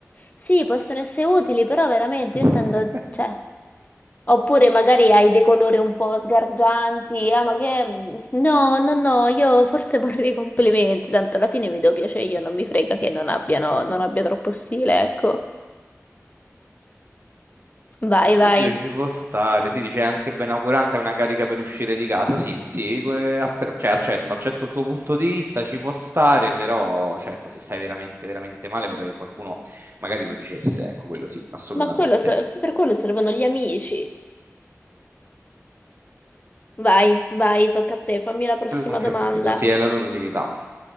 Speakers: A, on the left (about 30°); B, on the right (about 45°).
A: Sì, possono essere utili, però veramente
B: <laughs>
A: io intendo, cioè, oppure magari hai dei colori un po' sgargianti, ah, ma che... No, no, no, io forse vorrei complimenti, tanto alla fine mi do piacere io, non mi frega che non abbiano, non abbia troppo stile, ecco. Vai, vai.
B: Oddio, ci può stare. Si dice anche benaugurante è una carica per uscire di casa. Sì, sì, que- app- cioè, accetto, accetto il tuo punto di vista, ci può stare, però certo, se stai veramente, veramente male, vorrei che qualcuno magari lo dicesse. Ecco, quello sì, assolutamente.
A: Ma quello ser- per quello servono gli amici. Vai, vai, tocca a te, fammi la prossima
B: Quello che
A: domanda,
B: vedo, sì, è la loro utilità.